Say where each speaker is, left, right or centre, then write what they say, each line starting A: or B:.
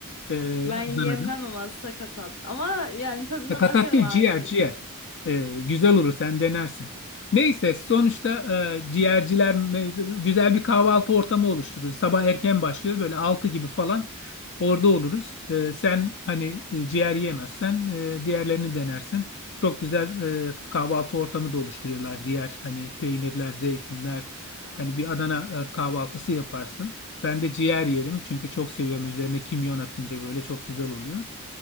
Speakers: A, on the left; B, on the left.
A: e,
B: ben
A: Adana'da.
B: yemem ama sakatat. Ama yani tadına
A: Sakatat
B: bakarım
A: değil
B: artık.
A: ciğer ciğer. Ee, güzel olur sen denersin. Neyse sonuçta e, ciğerciler mevzu, güzel bir kahvaltı ortamı oluştururuz. Sabah erken başlıyor böyle 6 gibi falan orada oluruz. Ee, sen hani e, ciğer yiyemezsen e, diğerlerini denersin. Çok güzel e, kahvaltı ortamı da oluşturuyorlar. Diğer hani peynirler, zeytinler hani bir Adana e, kahvaltısı yaparsın. Ben de ciğer yerim çünkü çok seviyorum. Üzerine kimyon atınca böyle çok güzel oluyor.